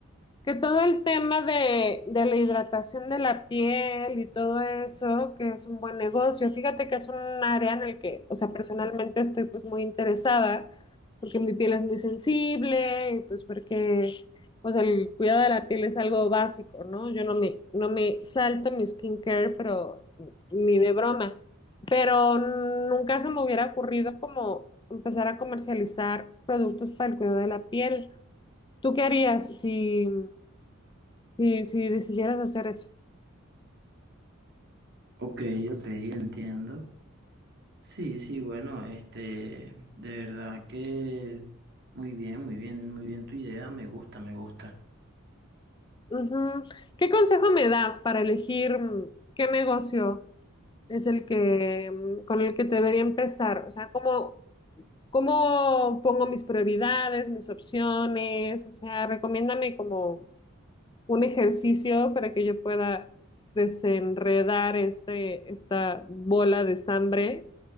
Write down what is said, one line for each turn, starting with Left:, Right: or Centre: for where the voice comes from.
Left: que todo el tema de, de la hidratación de la piel y todo eso, que es un buen negocio. Fíjate que es un área en el que, o sea, personalmente estoy pues muy interesada, porque mi piel es muy sensible, y pues porque pues el cuidado de la piel es algo básico, ¿no? Yo no me, no me salto mi skincare, pero ni de broma pero nunca se me hubiera ocurrido como empezar a comercializar productos para el cuidado de la piel. ¿Tú qué harías si, si, si decidieras hacer eso?
Right: Ok, ok, entiendo. Sí, sí, bueno, este, de verdad que muy bien, muy bien, muy bien tu idea, me gusta, me gusta.
Left: Ujú. ¿Qué consejo me das para elegir mm, qué negocio es el que mm, con el que debería empezar? O sea, ¿cómo, cómo pongo mis prioridades, mis opciones? O sea, recomiéndame como un ejercicio para que yo pueda desenredar este, esta bola de estambre